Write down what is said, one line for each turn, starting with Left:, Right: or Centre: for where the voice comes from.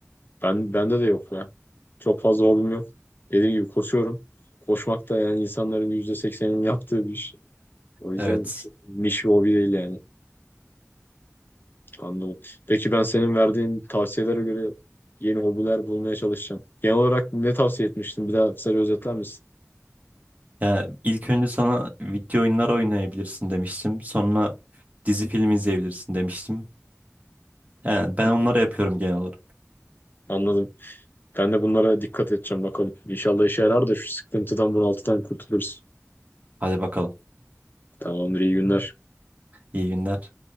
Left: Ben bende de yok ya. Çok fazla hobim yok. Dediğim gibi koşuyorum. Koşmak da yani insanların yüzde sekseninin yaptığı bir iş. O yüzden
Right: Evet.
Left: çok niş bir hobi değil yani. Anladım. Peki ben senin verdiğin tavsiyelere göre yeni hobiler bulmaya çalışacağım. Genel olarak ne tavsiye etmiştin? Bir daha kısaca özetler misin?
Right: Ya ilk önce sana video oyunlar oynayabilirsin demiştim. Sonra dizi film izleyebilirsin demiştim. Yani ben
Left: Hı
Right: onları
Left: hı.
Right: yapıyorum genel olarak.
Left: Anladım. Ben de bunlara dikkat edeceğim bakalım. İnşallah işe yarar da şu sıkıntıdan bunaltıdan kurtuluruz.
Right: Hadi bakalım.
Left: Tamamdır, iyi günler.
Right: İyi günler.